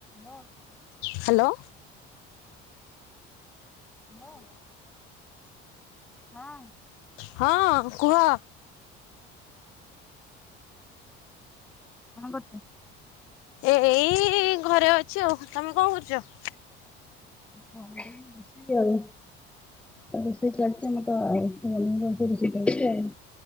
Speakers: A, in the centre; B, on the left.
A: ଲୋ
B: hello.
A: Hello ହଁ।
B: ହଁ କୁହ।
A: କଣ କରୁଛ?
B: ଏ ଏଇ ଘରେ ଅଛି ଆଉ। ତୋମେ କଣ କରୁଚ?
A: <inaudible> ରୁଷେଇ ଆଉ ରୁଷେଇ ଚାଲ ତୋମେ ତ <unintelligible> ଶିଖଉଛି ଆଉ।